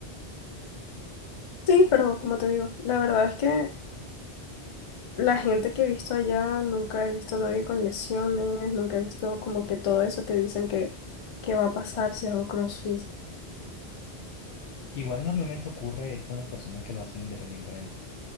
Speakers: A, on the left; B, on the left.
A: Sí, pero como te digo, la verdad es que la gente que he visto allá, nunca he visto a nadie con lesiones, nunca he visto como que todo eso que dicen que, que va a pasar si hago CrossFit.
B: Igual normalmente ocurre es con las personas que lo hacen independientemente.